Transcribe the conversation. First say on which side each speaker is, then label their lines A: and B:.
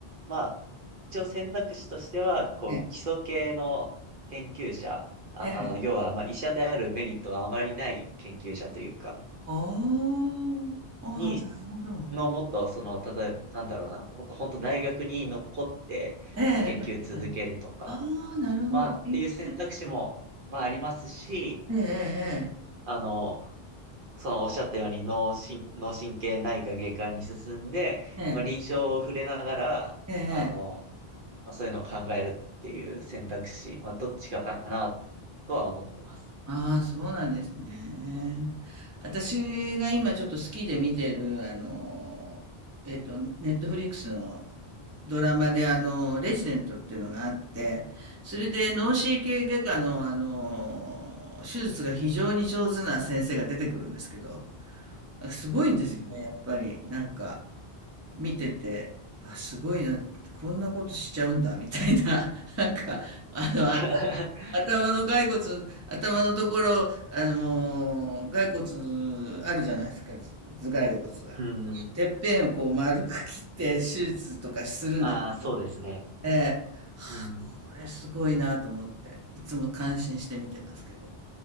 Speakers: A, on the right (about 60°); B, on the right (about 20°).
A: まあ、一応選択肢としては、こう、
B: ええ、
A: 基礎系の研究者、あの、
B: ええ。
A: 要は、まあ、医者であるメリットがあまりない研究者というか、
B: おー、ああ、
A: に、
B: なるほど。
A: のもっと、その、例えば、なんだろうな、もっと本当大学に残って、
B: ええ、
A: まあ研究続けるとか、
B: ええああ、なるほど。
A: まあ、っていう選択肢も、
B: 勉強
A: まあ、ありますし、
B: ええ、
A: あの、その、おっしゃったように脳神、脳神経内科外科に進んで、
B: ええ、
A: まあ、臨床を触れながら、
B: ええ、ええ。
A: あの、まあ、そういうのを考えるっていう選択肢、まあ、どっちかかなとは思ってます。
B: ああ、そうなんですね。私が今ちょっと好きで見てる、あの、えっと、ネットフリックスのドラマで、あの、レジデントっていうのがあって、それで脳神経外科の、あの、手術が非常に上手な先生が出てくるんですけど、すごいんですよね、
A: うん。
B: やっぱり。なんか、見てて、わ、すごいな、こんなことしちゃうんだ、みたいな、<laughs> なんか、あの、頭
A: <laughs>
B: 頭の骸骨、頭のところ、あのもう、骸骨あるじゃないですか、ず頭蓋骨が。
A: うん。
B: てっぺんをこう丸く切って手術とかするんですよ。
A: ああ、そうですね。
B: ええ、
A: うん。
B: これすごいなと思って、いつも感心して見てますけど。